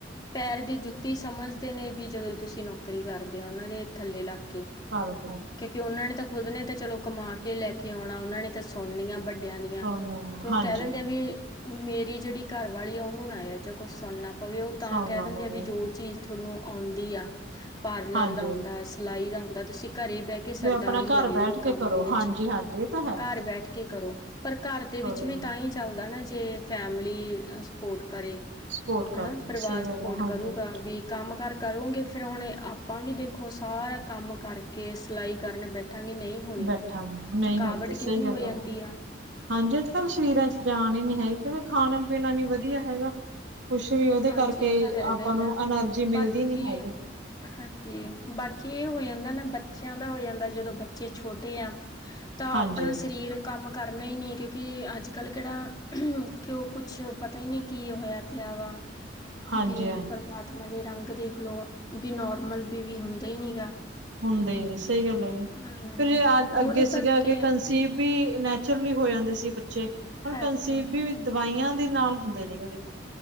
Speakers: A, on the left; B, on the right.
A: ਪੈਰ ਦੀ ਜੁੱਤੀ ਸਮਝਦੇ ਨੇ, ਵੀ ਜਦੋਂ ਤੁਸੀਂ ਨੌਕਰੀ ਕਰਦੇ ਓ ਉਹਨਾਂ ਦੇ,, ਥੱਲੇ ਲੱਗ ਕੇ
B: ਘਰ ਤੋਂ,
A: ਕਿਉਂਕਿ, ਉਹਨਾਂ ਨੇ ਤਾਂ ਖੁਦ ਨੇ, ਤਾਂ ਚਲੋ ਕਮਾ ਕੇ ਲੈ ਕੇ ਆਉਣਾ, ਉਹਨਾਂ ਨੇ ਤਾਂ ਸੁਣਨੀ ਆ ਵੱ ਦਿਆਂਨੀਆਂ
B: ਸੋਨੂੰ
A: ਤੇ, ਉਹ
B: ਹਾਂਜੀ
A: ਕਹਿ ਦਿੰਦੇ ਆ ਵੀ ਓ ਮੇਰੀ ਜਿਹੜੀ ਘਰਵਾਲੀ ਆ, ਉਹਨੂੰ ਨਾ ਏਦੇ ਚ ਕੁਛ ਸੁਣਨਾ ਪਵੇ, ਉਹ ਤਾਂ
B: ਸੋਨਾ
A: ਕਹਿ, ਦਿੰਦੇ
B: ਬਹੁਤ
A: ਆ ਵੀ ਜੋ ਚੀਜ਼ ਤੁਹਾਨੂੰ ਆਉਂਦੀ ਆ, ਪਾਰਲਰ
B: ਹਾਂਜੀ
A: ਦਾ ਆਉਂਦਾ, ਸਿਲਾਈ ਦਾ ਆਉਂਦਾ, ਤੁਸੀਂ ਘਰੇ ਬਹਿ ਕਿ ਸਰਦਾਰੀ
B: ਵੀ ਆਪਣਾ ਘਰ
A: ਆਈ ਦੇ
B: ਬੈਠ
A: ਕੰਮ
B: ਕੇ ਕਰੋ
A: ਦੇ ਵਿੱਚ,
B: ਹਾਂਜੀ ਹਾਂਜੀ ਇਹ ਤਾਂ ਹੈ
A: ਘਰ ਬੈਠ ਕੇ ਕਰੋ ਪਰ, ਘਰ ਦੇ
B: ਕਰੋ
A: ਵਿੱਚ ਵੀ ਤਾਂ ਹੀ ਚੱਲਦਾ ਨਾ, ਜੇ ਫੈਮਿਲੀ ਸਪੋਟ ਕਰੇ
B: ਸਪੋਰਟ ਕਰਦੀ
A: ਹਨਾ, ਪਰਿਵਾਰ
B: ਸਹੀ ਗੱਲ
A: ਸਪੋਟ
B: ਆ ਹਾਂਜੀ
A: ਕਰੂਗਾ ਵੀ ਕੰਮ ਕਾਰ ਕਰੋਗੇ, ਫਿਰ ਹੁਣ ਆਪਾਂ ਵੀ ਦੇਖੋ ਸਾਰਾ ਕੰਮ ਕਰਕੇ, ਸਿਲਾਈ ਕਰਨ ਬੈਠੇ ਠਾਂ ਗੇ ਨਹੀਂ ਹੋਣੀ,
B: ਬੈਠਾਂਗੇ ਨਹੀਂ
A: ਥਕਾਵਟ
B: ਹੁੰਦੀ
A: ਕਿੰਨੀ
B: ਸਹੀ ਗੱਲ
A: ਹੋ ਜਾਂਦੀ ਆ
B: ਹਾਂਜੀ, ਅੱਜ -ਕੱਲ੍ਹ ਸਰੀਰਾਂ ਚ ਜਾਨ ਹੀ ਨੀ ਹੈਗੀ ਕਿਉਂਕਂ, ਖਾਣਾ- ਪੀਣਾ ਨੀ ਵਧੀਆ ਹੈਗਾ ਕੁਛ ਵੀ, ਉਹਦੇ
A: ਹਾਂਜੀ
B: ਕਰਕੇ
A: ਇਹ ਤਾਂ ਹੈਗਾ
B: ਆਪਾਂ
A: ਹੀ
B: ਨੂੰ
A: ਆ
B: ਐਨਰਜੀ,
A: ਬਾਕੀ
B: ਮਿਲਦੀ ਨੀ ਹੈਗੀ
A: ਹਾਂਜੀ, ਬਾਕੀ ਇਹ ਹੋ ਜਾਂਦਾ ਨਾ ਬੱਚਿਆਂ ਦਾ ਹੋ ਜਾਂਦਾ, ਜਦੋਂ ਬੱਚੇ ਛੋਟੇ ਆ ਤਾਂ
B: ਹਾਂਜੀ।
A: ਆਪਣਾ ਸਰੀਰ ਕੰਮ ਕਰਨੇ ਹੀ ਨਈ ਕਿਉਂਕਿ, ਅੱਜ -ਕੱਲ੍ਹ ਕਿਹੜਾ ਕਿਉ ਕੁਛ ਪਤਾ ਹੀ ਨਈ, ਕੀ ਹੋਇਆ ਪਿਆ ਵਾ
B: ਹਾਂਜੀ-ਹਾਂਜੀ
A: ਬਈ ਪ੍ਰਮਾਤਮਾ, ਦੇ ਰੰਗ ਦੇਖ ਲਓ ਵੀ ਨੋਰਮਲ ਬੇਬੀ ਹੁੰਦਾ ਨਈ ਗਾ
B: ਹੁੰਦੇ ਸਹੀ ਗੱਲ ਹੈ,
A: ਹਮ
B: ਫਿਰ ਅੱਗੇ
A: ਉਹਦੇ ਕਰਕੇ
B: ਸੀਗਾ ਅੱਗੇ ਕੰਸੀਵ ਬੀ ਨੈਚੁਰਲੀ ਹੋ ਜਾਂਦੇ ਸੀ ਬੱਚੇ, ਹੁਣ
A: ਹਾਂਜੀ
B: ਕੰਸੀਬ ਵੀ ਦਵਾਈਆਂ ਦੇ ਨਾਲ, ਹੁੰਦੇ ਨੇ ਗੇ ਦੇਖੋ